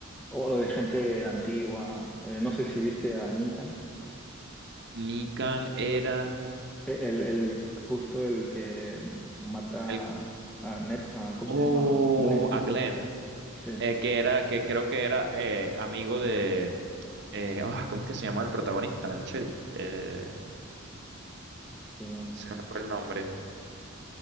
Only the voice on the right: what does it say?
Nikan era
el...
Oh,
a Glenn,
eh, que era, que creo que era eh, amigo de... eh, ah, ¿cómo es que se llama el protagonista, el sheriff? Eh,
se me fue el nombre.